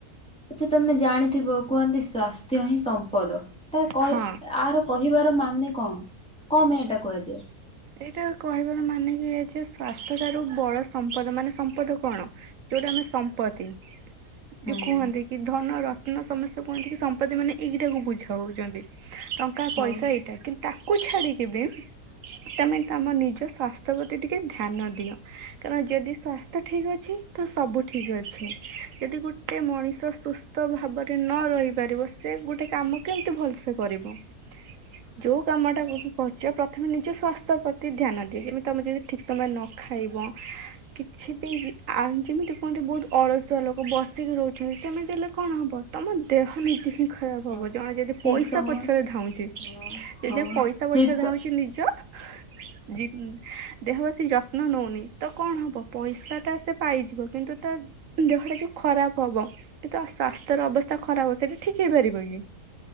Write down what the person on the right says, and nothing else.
ହଁ।
ଏଇଟା କହିବାର ମାନେ କି ଏୟା ଯେ ସ୍ଵାସ୍ଥ୍ୟ ଠାରୁ ବଡ ସମ୍ପଦ ମାନେ ସମ୍ପଦ କଣ? ଯୋଉଟା ଆମେ ସମ୍ପତ୍ତି।
ଯୋଉ କୁହନ୍ତି କି ଧନ ରତ୍ନ ସମସ୍ତେ କୁହନ୍ତି କି ସମ୍ପତ୍ତି ମାନେ ଏଇଟାକୁ ବୁଝାଉଚନ୍ତି। ଟଙ୍କା,
ପଇସା ଏଇଟା କିନ୍ ତାକୁ ଛାଡିକି ବି ତମେ ତମ ନିଜ ସ୍ୱାସ୍ଥ୍ୟ ପ୍ରତି ଟିକେ ଧ୍ୟାନ ଦିଅ। କାରଣ ଯଦି ସ୍ଵାସ୍ଥ୍ୟ ଠିକ ଅଛି ତ ସବୁ ଠିକ ଅଛି ଯଦି ଗୋଟେ ମଣିଷ ସୁସ୍ ତ ଭାବରେ ନ ରହିପାରିବ ସେ ଗୋଟେ କାମ କେମିତି ଭଲସେ କରିବ।
ଯୋଉ କାମଟା ଭି କରୁଚେ ପ୍ରଥମେ ନିଜ ସ୍ୱାସ୍ଥ୍ୟ ପ୍ରତି ଧ୍ୟାନ ଦିଏ ଯେମି ତମେ ଯଦି ଠିକ୍ ସମୟ ରେ ନ ଖାଇବ କିଛି ବି ଆ ଯେମିତି କୁହନ୍ତି ବହୁତ ଅଳସୁଆ ଲୋକ ବସିକି ରହୁଛନ୍ତି ସେମିତି ହେଲେ କଣ ହବ? ତମ ଦେହ ନିଜେ ହିଁ ଖରାପ
ହବ ଜଣେ ଯଦି
ପଇସା
ପଛରେ ଧାଉଁଚି <unintelligible>
ପଇସା
ପଛରେ
ଧାଉଁଛି ନିଜ
ଜି ଦେହବେଶୀ ଯତ୍ନ ନଉନି ତ କଣ ହବ ପଇସା ଟା ସେ ପାଇଯିବ କିନ୍ତୁ ତା ଦେହଟା ଯୋଉ ଖରାପ ହବ କି ତ ସ୍ଵାସ୍ଥ୍ୟର ଅବସ୍ଥା ଖରାପ ହବ ସେଇଟା ଠିକ ହେଇପାରିବ କି?